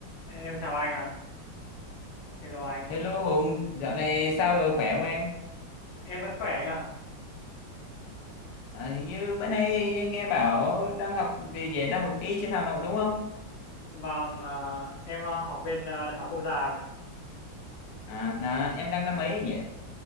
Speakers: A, on the left; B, on the left.
A: Em chào anh ạ. Hello anh.
B: Hello Hùng, dạo này sao rồi khỏe không em?
A: Em vẫn khỏe anh ạ.
B: À, hình như bữa nay nghe bảo đang học về về đang học y trên Hà Nội đúng không?
A: Vâng, ờ, em ờ, học bên ờ, Đại học Quốc gia anh ạ.
B: À, là em đang năm mấy nhỉ?